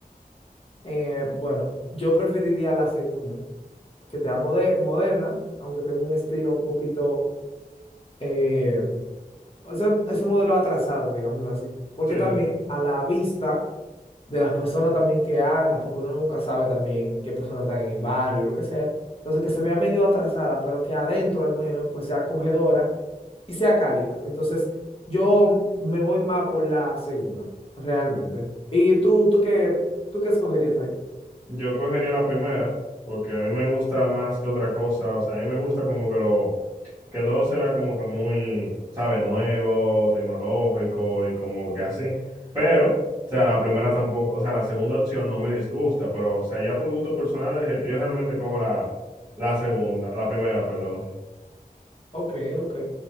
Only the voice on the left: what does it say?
Eh, bueno, yo preferiría la segunda, que sea mode- moderna, aunque tenga un estilo un poquito... eh, o sea, es un modelo atrasado, digámoslo así. Porque
también
a la vista de las personas también que anda, porque uno nunca sabe también qué persona está en el barrio, lo que sea. Entonces, que se vea medio atrasada, pero que adentro al menos pues sea acogedora y sea cálida. Entonces, yo me voy más por la segunda, realmente. ¿Y tú, tú qué, tú qué escogerías ahí?
Ok, ok.